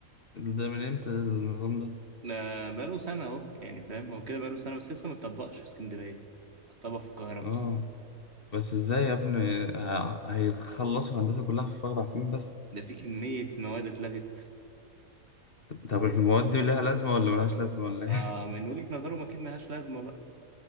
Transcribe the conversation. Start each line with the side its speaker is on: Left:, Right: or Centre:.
Left: ده من إمتى النظام ده؟
Right: ده بقاله سنة أهو يعني فاهم هو كده بقاله سنة بس لسه متطبقش في اسكندرية اتطبق في القاهرة بس
Left: اه بس ازاي يا ابني ه- هيخلصوا هندسة كلها في أربع سنين بس
Right: ده في كمية مواد اتلغت
Left: طب المواد دي ليها لازمة ولا ملهاش لازمة ولا ايه؟
Right: آه من وجهة نظرهم أكيد ملهاش لازمة بقى